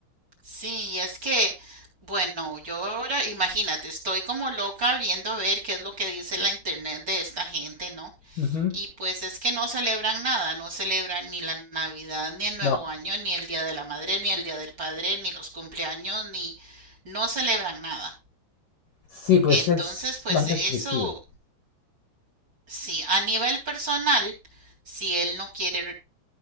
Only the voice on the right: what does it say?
Sí, y es que, bueno, yo ahora, imagínate, estoy como loca viendo a ver qué es lo que dice la internet de esta gente, ¿no?
Y pues es que no celebran nada, no celebran ni la Navidad, ni el Nuevo
Año, ni el Día de la Madre, ni el Día del Padre, ni los cumpleaños, ni no celebran nada.
Entonces,
pues
eso,
sí, a nivel personal, si él no quiere